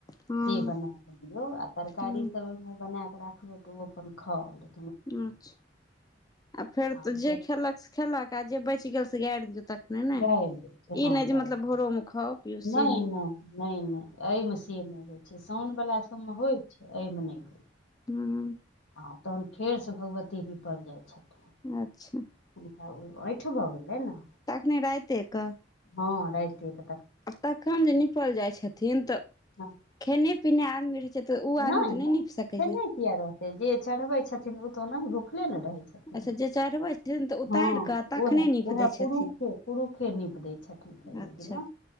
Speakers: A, on the left; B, on the left.
A: हँ
B: से बनै के दिऔ आ तरकारी
A: हूँ
B: त बनैकै राखबै तऽ ओ अपन खाउल।
A: अच्छा आ फेर
B: आब
A: तऽ जे खेलक से खेलक आ जे बैच गेल से गारि दिऔ तखने ने
B: गारि दै छै हँ
A: ई नैय जे
B: गारि
A: मतलब
B: दै
A: भोरोमे
B: छै
A: खाउ पिउ से
B: नहि
A: नैय।
B: नहि नहि एहिमे से नहि होइ छै, साउनवला सबमें होइ छै, एहिमे नहि होइ छै।
A: हूं।
B: आ तहन फेरसँ भगवती निपल जाइ छैथ।
A: अच्छा!
B: हुनका ओ आइंठ भऽ गेलैने।
A: तखने राते के।
B: हँ राइते कै
A: तखन जे निपल जाय छथिन तऽ
B: हँ,
A: खेनैय-पिनैय आदमी रह छै, उ आदमी
B: नहि
A: ते नैय
B: नहि
A: नीप सकैय
B: खेने
A: यै।
B: किया रहतैय, जे चढ़बै छथिन उ तऽ ओनाही भुखले ने रहैय छैय।
A: अच्छा जे चढ़बै छथिन तऽ उतारि
B: हँ
A: कऽ तखने
B: उहैय-उहैय
A: नीप दै छथिन
B: पुरुखे-पुरुखे नीप दैय छथिन। फेर ओय
A: अच्छा
B: दिना